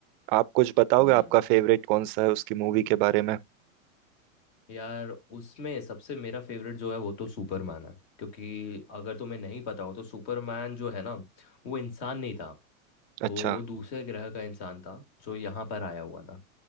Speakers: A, on the right (about 40°); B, on the left (about 50°).
A: आप कुछ बताओगे
B: हम्म
A: आपका फेवरेट कौन सा है उसकी मूवी के बारे में
B: यार उसमें सबसे मेरा फेवरेट जो है वो तो सुपरमैन है क्योंकि अगर तुम्हें नहीं पता हो तो सुपरमैन जो है ना वो इंसान नहीं था
A: अच्छा
B: वो दूसरे ग्रह का इंसान था जो यहाँ पर आया हुआ था